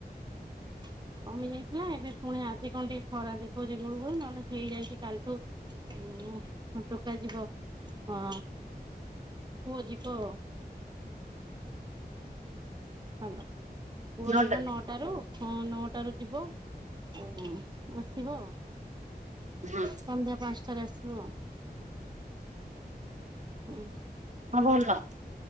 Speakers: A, on the right (about 25°); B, on the right (about 45°).
A: <inaudible> କମି ଯାଇଥିଲା ଏବେ ପୁଣି ଆଜି କଣ ଟିକେ ଖରା ଦେଖାଉଛି ଗୁଳୁ ଗୁଳୁ ନହେଲେ ହେଇଯାଇଛି କାଲି ଠୁ ଟୋକାଯିବ ହ। ପୁଅ ଯିବ । ଭଲ, ପୁଅ
B: ନଅଟାରେ
A: ଯିବ ନଅଟାରୁ ହଁ ନଅଟାରୁ ଯିବ ଆସିବ ଆ
B: ହୁଁ
A: ସନ୍ଧ୍ୟା ପାଞ୍ଚଟାରେ ଆସିବ। ହୁଁ
B: ହଁ ହଁ ଭଲ।